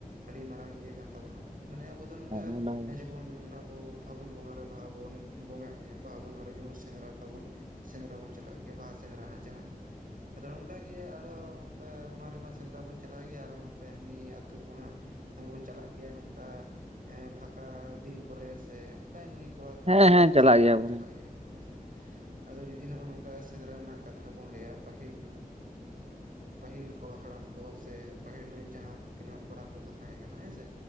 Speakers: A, on the right (about 65°); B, on the right (about 45°).
A: ᱟᱹᱰᱤ ᱢᱟᱨᱟᱝ ᱤᱭᱟᱹ ᱠᱟᱱ ᱛᱟᱵᱚᱱᱟ, ᱢᱟᱱᱮ ᱟᱵᱚ ᱫᱚ ᱱᱚᱝᱠᱟ
B: ᱦᱮᱸ
A: ᱡᱮᱢᱚᱱ ᱟᱵᱚ ᱯᱷᱟᱹᱜᱩᱱ ᱵᱚᱸᱜᱟ ᱨᱮ ᱵᱟᱦᱟ ᱵᱚᱱ ᱵᱚᱸᱜᱟᱜ ᱜᱮᱭᱟ, ᱵᱟᱦᱟ ᱵᱚᱸᱜᱟ ᱨᱮ ᱡᱮᱢᱚᱱ ᱥᱮᱸᱫᱽᱨᱟ ᱛᱟᱵᱚᱱ ᱥᱮᱸᱫᱽᱨᱟ ᱵᱚᱱ ᱪᱟᱞᱟᱜ ᱜᱮᱭᱟ, ᱵᱟᱦᱟ ᱥᱮᱸᱫᱽᱨᱟ ᱦᱟᱸᱜ ᱡᱟᱦᱟᱸ ᱟᱫᱚ ᱚᱱᱠᱟ ᱜᱮ ᱟᱨᱚ ᱚᱱᱠᱟ ᱚᱱᱟ ᱨᱮᱢᱟ ᱥᱮᱸᱫᱽᱨᱟ ᱵᱚᱱ ᱪᱟᱞᱟᱣ ᱜᱮᱭᱟ, ᱟᱨ ᱦᱚᱸ ᱚᱱᱠᱟ ᱮᱢᱱᱤ ᱟᱹᱛᱩ ᱠᱷᱚᱱᱟᱜ ᱦᱚᱸ ᱵᱚᱱ ᱪᱟᱞᱟᱜ ᱜᱮᱭᱟ, ᱱᱚᱝᱠᱟ ᱯᱷᱟᱠᱟ ᱫᱤᱱ ᱠᱚᱨᱮ ᱥᱮ ᱚᱱᱠᱟ ᱮᱢᱱᱤ ᱠᱚᱲᱟ ᱠᱚ
B: ᱦᱮᱸ
A: ᱟᱛᱮᱜ
B: ᱦᱮᱸ ᱪᱟᱞᱟᱜ
A: ᱥᱮᱸᱫᱽᱨᱟ
B: ᱜᱮᱭᱟᱵᱚᱱ
A: ᱵᱚᱱ ᱪᱟᱞᱟᱜ ᱜᱮᱭᱟ ᱵᱚᱱ ᱦᱮᱸ ᱥᱮ ᱾ ᱟᱫᱚ ᱡᱩᱫᱤ ᱱᱚᱜ ᱱᱚᱝᱠᱟ ᱥᱮᱸᱫᱽᱨᱟ ᱨᱮᱱᱟᱜ ᱠᱟᱛᱷᱟ ᱵᱚᱱ ᱞᱟᱹᱭᱟ ᱯᱟᱹᱦᱤᱞ ᱯᱟᱹᱦᱤᱞ ᱠᱚ ᱦᱟᱲᱟᱢ ᱠᱚ ᱥᱮ ᱯᱟᱹᱦᱤᱞ ᱨᱮᱱ ᱡᱟᱦᱟᱸ ᱛᱤᱱᱟᱹᱜ ᱠᱚᱲᱟ ᱠᱚᱠᱚ ᱛᱟᱦᱮᱸ ᱠᱟᱱᱟ ᱦᱮᱸ ᱥᱮ,